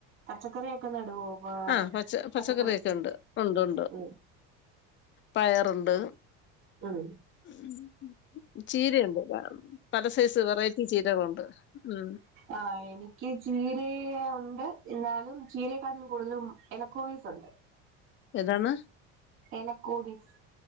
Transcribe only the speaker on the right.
പച്ചക്കറിയൊക്കെ നടുവോ? ഇപ്പൊ
പച്ചക്കറി
ഉം
ഉം
ആ എനിക്ക് ചീര ഉണ്ട് എന്നാലും ചീരയെക്കാട്ടും കൂടുതലും എലക്കോവീസ് ഉണ്ട്
എലക്കോവീസ്